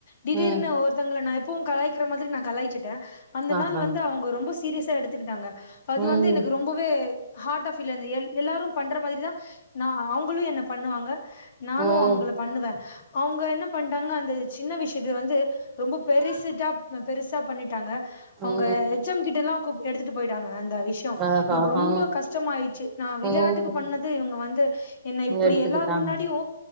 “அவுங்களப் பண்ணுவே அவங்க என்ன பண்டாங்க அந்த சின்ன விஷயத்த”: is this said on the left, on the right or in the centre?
Left